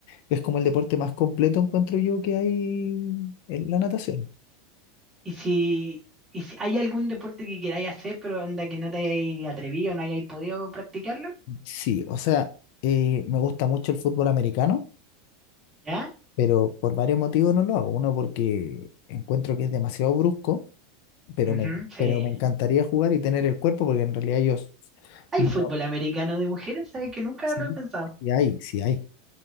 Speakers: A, on the left (about 60°); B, on the right (about 20°).
A: Es como el deporte más completo, encuentro yo, que hay en la natación.
B: Y si, y si hay algún deporte que queráis hacer, pero anda que no te hayáis atrevido, no hayáis podido practicarlo,
A: Sí, o sea, eh, me gusta mucho el fútbol americano,
B: ¿ya?
A: pero por varios motivos no lo hago. Uno, porque encuentro que es demasiado brusco, pero
B: Ujú,
A: me,
B: sí.
A: pero me encantaría jugar y tener el cuerpo, porque en realidad yo... s-
B: ¿Hay
A: no-
B: fútbol americano de mujeres? ¿Sabes que nunca
A: sí,
B: lo he pensado?
A: sí hay, sí hay.